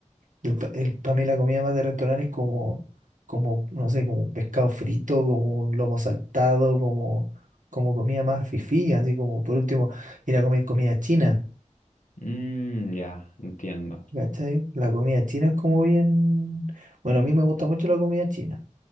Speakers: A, on the right (about 80°); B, on the left (about 75°).
A: el, pa- el- para mí la comida más de restaurante es como, como, no sé, como un pescado frito, como un lomo saltado, como, como comida más fifí, así como, por último, ir a comer comida china.
B: Mm, ya, entiendo.
A: ¿Cachai? La comida china es como bien. Bueno, a mí me gusta mucho la comida china.